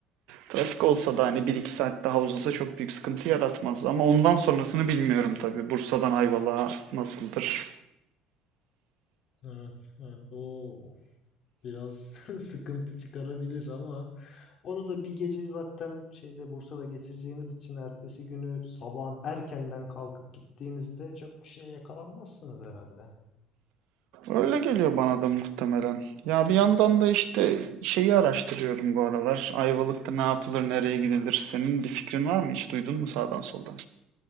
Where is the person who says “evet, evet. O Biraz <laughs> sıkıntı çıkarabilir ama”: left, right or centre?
Left